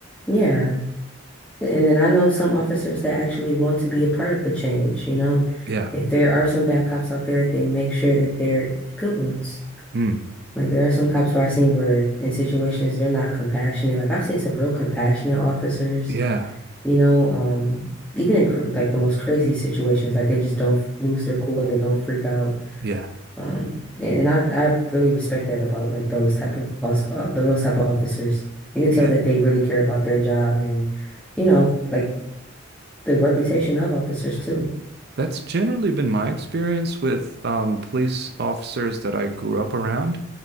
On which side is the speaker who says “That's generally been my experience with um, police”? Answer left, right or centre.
Right